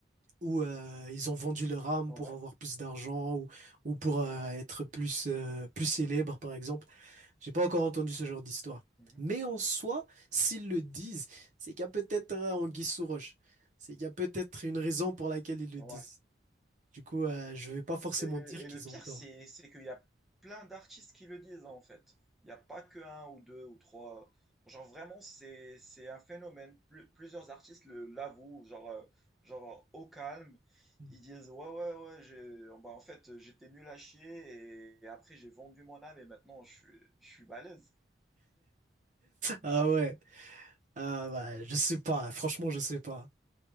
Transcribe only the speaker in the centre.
Ouais.
mhm.
Ouais,
Et, et
le pire,
c'est, c'est qu'il y a plein d'artistes qui le disent, hein, en fait. Il n'y a pas que un ou deux ou trois. Genre, vraiment, c'est, c'est un phénomène. Plu- plusieurs artistes le, l'avouent, genre, euh, genre, au calme.
Ils disent, ouais, ouais, ouais, j'ai, oh, bah, en fait, j'étais nul à chier et, après, j'ai vendu mon âme et maintenant, je suis, je suis balèze.